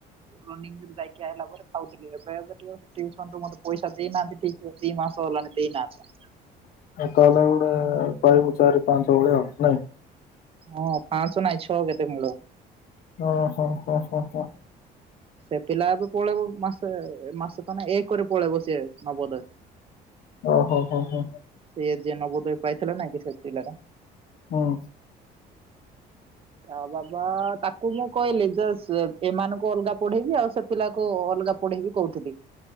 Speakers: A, on the right; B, on the left.
A: ରନିଙ୍ଗ ଯାଇକି ଆସିଲା ପରେ ଖାଉଥିଲି ଏବେ ଏବେ ଟିକେସୁ ମତେ ପଇସା ଦେଇନାହାନ୍ତିିକ ଦି ମାସ ହେଲାଣି ଦେଇନାହାନ୍ତା।
B: ତାହେଲେ ଗୋଟେ ପାଇବୁ ଚାରି ପାଞ୍ଚ ଭଳିଆ । ନଆ
A: ହଁ ପାଞ୍ଚ ନାଇଁ ଛଅ କେତେ ମୂଳ।
B: ହ ହୋ ହ ହୋ ହ।
A: ସେ ପିଲା ଏବେ ପଳେଇବ ମାସେ ମାସେ ତ ନାଇ ଏକରେ ପଳେଇବ ସିଏ ନବୋଦୟ।
B: ଓ ହୋ ହୋ ହୋ ହୋ।
A: ସେ ଯେ ନବୋଦୟ ପାଇଥିଲା ନା କି ସେ ପିଲା ଟା।
B: ହୁଁ।
A: ତା ବାବା ତାକୁ ମୁଁ କହିଲି ଯେ ସେ ଏମାନଙ୍କୁ ଅଲଗା ପଢେଇବି ଆଉ ସେ ପିଲାକୁ ଅଲଗା ପଢେଇବି କହୁଥିଲି।